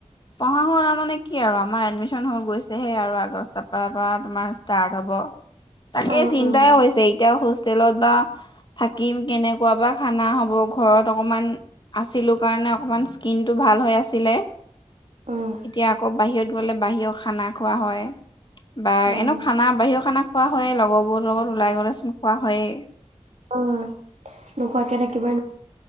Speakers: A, on the left; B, on the right.
A: পঢ়া শুনা মানে কি আৰু আমাৰ এডমিশন হৈ গৈছেহে আৰু আগষ্ট পৰা পৰা তোমাৰ ষ্টাৰ্ট হ'ব। তাকেই
B: অ',
A: চিন্তাই
B: অ',
A: হৈছে এতিয়া খুজ। হোষ্টেলত বা থাকিম, কেনেকুৱা বা খানা হ'ব, ঘৰত অকণমান আছিলোঁ কাৰণে অকণমান স্কিনটো ভাল হৈ আছিলে।
B: অ',
A: এতিয়া আকৌ বাহিৰত গলে, বাহিৰত খানা খোৱা হয়। বা
B: অ',
A: এনেও খানা বাহিৰৰ খানা। খোৱা হয়ে, লগৰবোৰৰ লগত ওলাই গ'লে চোন খোৱা হয়েই।
B: অ। নোখোৱাকে থাকিবৈ।